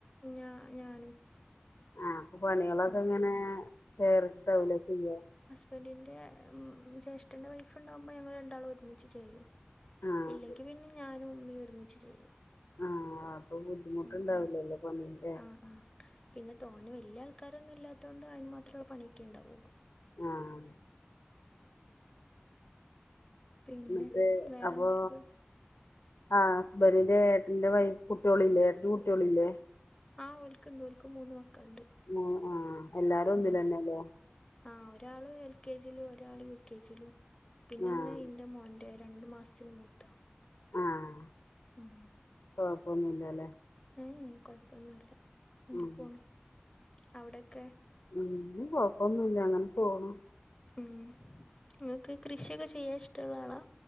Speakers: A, on the left (about 15°); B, on the left (about 70°).
A: ഞാ ഞാനും
B: ആഹ് അപ്പൊ പണിയളൊക്കെ
A: ഉം
B: എങ്ങനെ ഷെയർട്ടാവുല്ലേ ചെയ്യാ
A: ബന്റിന്റെ ഉം ജേഷ്ഠൻ്റെ വൈഫ് ഇണ്ടാവുമ്പോ ഞങ്ങള് രണ്ടാളും ഒരുമിച്ച് ചെയ്യും
B: ആഹ്
A: ഇല്ലെങ്കി പിന്നെ ഞാനും ഉമ്മി ഒരുമിച്ച് ചെയ്യും
B: ആഹ് ബുദ്ധിമുട്ടുണ്ടാവില്ലല്ലോ
A: ഉം ഉം
B: പണീന്റെ
A: ആഹ് ആഹ് പിന്നെ തോനെ വല്ല്യ ആൾക്കാരൊന്നും ഇല്ലാ ത്തോണ്ട് അയിന് മാത്രള്ള പണിയൊക്കെ ഇണ്ടാവോള്ളു
B: ആഹ്
A: പിന്നെ
B: ന്ന്ട്ട്
A: വേറെന്തൊക്കെ
B: അപ്പോ ആഹ് ഹസ്ബന്റിന്റെ ഏട്ടന്റെ വൈഫ് കുട്ട്യോള്ല്ലേ ഏട്ടന്റെ കുട്ട്യോള്ല്ലേ
A: ആഹ് ഓല്ക്ക്ണ്ട് ഓല്ക്ക് മൂന്ന് മക്കള്ണ്ട്
B: ആഹ് ആഹ് എല്ലാരും ഒന്നിലന്നെല്ലേ
A: ഉം ആഹ് ഒരാള് എൽ കെ ജിലും ഒരാള് യു കെ ജിലും പിന്നെ
B: ആഹ്
A: ഒന്ന് ഇന്റെ മോന്റെ രണ്ട് മാസ്ത്തിന് മൂത്ത
B: ആഹ്
A: ഉം
B: കൊഴപ്പൊന്നുല്ലല്ലേ
A: ഏഹ് കൊഴപ്പൊന്നുല്ല ഇങ്ങനെ
B: ഉം
A: പോണ് അവടെക്കെ
B: ഉം <unintelligible> കൊഴപ്പൊന്നുല്ല അങ്ങനെ പോണു
A: ഉം ഇങ്ങക്ക് കൃഷിയെക്കെ ചെയ്യാൻ ഇഷ്ടള്ള ആളാ